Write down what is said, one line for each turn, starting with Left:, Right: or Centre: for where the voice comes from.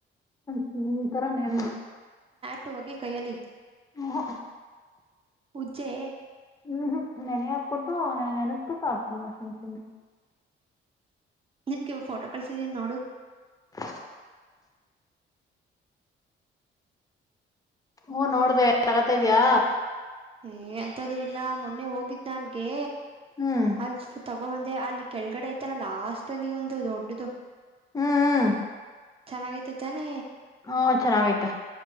Left: ಹ್ಮ್ ತರ ನೇಮ
Right: ಹಟ್ಟ ಹೋಗಿ ಕೈಯಲಿ
Left: ಹ್ಮ
Right: ಪೂಜ್ಜೆ
Left: ಹ್ಮ್ ಹ್ಮ್ ನೆನಗೆ ಹಾಕ್ಬಿಟ್ಟು ನೆನೆಸ್ಬಿಟ್ಟು ಆಕ್ತನಿ ವಾಷಿಂಗ್ ಮಿಷಿನ್ಗೆ
Right: ನಿನ್ಗೆ ಫೋಟೋ ಕಳಸಿದೀಿ ನೋಡು
Left: <inaudible> ಹಓ ನೋಡ್ದ ತಗತ ಇದ್ಯಾ
Right: ಏ ಎಂತ್ದು ಇಲ್ಲ ಮೊನ್ನೆ ಹೋಗಿದ್ ನಲ್ಗೆ
Left: ಹ್ಮ್
Right: ಅಲ್ ತ ಒಬ್ಬ ಮಂದೆ ಅಲ್ಲಿ ಕೆಳಗಡೆ ಐತಲ್ಲ ಲಾಸ್ಟ್ ಅಲ್ಲಿ ಒಂದು ದೊಡ್ಡದು
Left: ಹ್ಮ್ ಹ್ಮ್
Right: ಚೆನ್ನಾಗೈತೆ ತಾನಿ
Left: ಹ್ಮ ಚೆನ್ನಾಗೈ್ತ